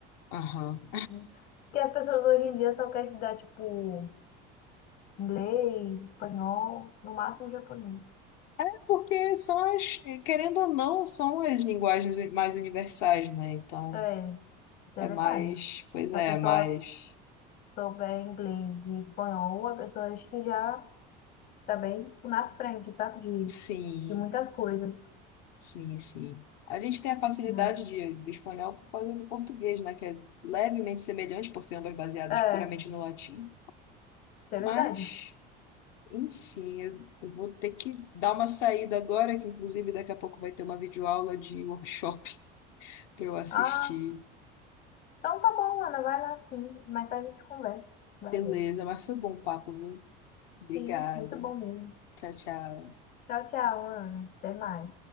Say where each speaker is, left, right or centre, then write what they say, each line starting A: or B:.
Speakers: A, on the left; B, on the left.
A: <laughs> Aham.
B: Porque as pessoas hoje em dia só querem te dar, tipo Inglês, espanhol, no máximo japonês.
A: É Porque são as, querendo ou não, são as linguagens mais universais, né? Então,
B: É, isso
A: é
B: é verdade.
A: mais, pois
B: Se
A: é,
B: a pessoa
A: é mais.
B: souber inglês e espanhol, a pessoa acho que já está bem na frente, sabe? De,
A: Sim,
B: de muitas coisas,
A: sim, sim. A gente tem a facilidade
B: né?
A: de, do espanhol por causa do português, né? Que é levemente semelhante, por ser ambas baseadas
B: É,
A: puramente
B: isso
A: no latim.
B: é
A: Mas,
B: verdade.
A: enfim, eu, eu vou ter que dar uma saída agora, que inclusive daqui a pouco vai ter uma videoaula de workshop. pra eu assistir.
B: Ah, então tá bom, Ana, vai lá sim. Mas a gente conversa. Valeu.
A: Beleza, mas foi bom o papo, viu? Obrigada.
B: Sim, muito bom mesmo.
A: Tchau, tchau.
B: Tchau, tchau, Ana. Até mais.